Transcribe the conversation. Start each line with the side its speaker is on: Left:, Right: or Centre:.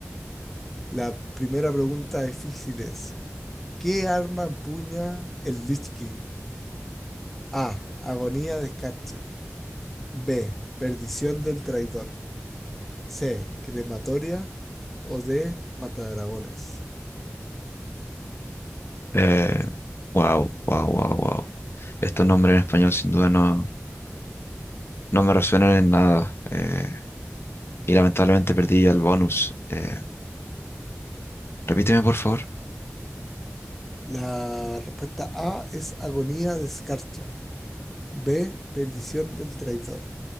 Centre: La primera pregunta difícil es, ¿qué arma empuña el Lich King? A. Agonía de escarcha. B. Perdición del traidor. C. Crematoria. O D. Matadragones.
Left: Eh, wow, wow, wow, wow. Estos nombres en español sin duda no, no me resuenan en nada. eh, y lamentablemente perdí el bonus. Eh, repíteme, por favor.
Centre: La respuesta A es agonía de escarcha. B. Perdición del traidor.